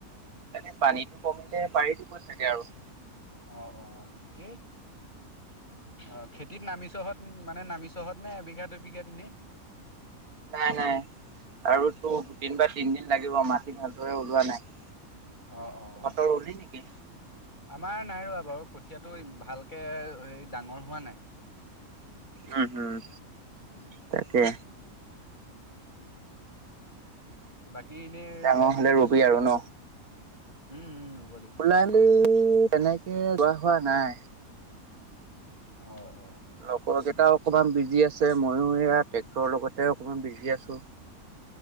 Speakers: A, on the right; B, on the left.
A: তাকে, পানীতটো কমিলে পাৰি দিব চাগে আৰু।
B: অ, অ ঠিকেই। অ, খেতিত নামিছহঁত, মানে নামিছহঁত নে এবিঘা দুবিঘাত ইনেই?
A: নাই, নাই, আৰু টো দুদিন বা তিনদিন লাগিব মাটি ভালদৰে ওলোৱা নাই।
B: অ, অ
A: তহঁতৰ ৰুলি নেকি?
B: আমাৰ নাই ৰোৱা তো আৰু কঠিয়াটো এই ভালকে, হেৰি ডাঙৰ হোৱা নাই।
A: উম, উম।
B: উম,
A: তাকে।
B: উম। বাকী ইনেই
A: ডাঙৰ
B: ওলাই-মেলি
A: হ'লে
B: গৈছ
A: ৰুবি
B: নে
A: আৰু
B: কৰ'বাত?
A: ন?
B: উম, উম ৰুব লাগিব।
A: ওলাই- মেলি তেনেকে, যোৱা হোৱা নাই।
B: অ।
A: লগৰ কেইটাও অকমান বিজি আছে, ময়ো সেয়া ট্ৰেক্টৰৰ লগতে অকমান বিজি আছো।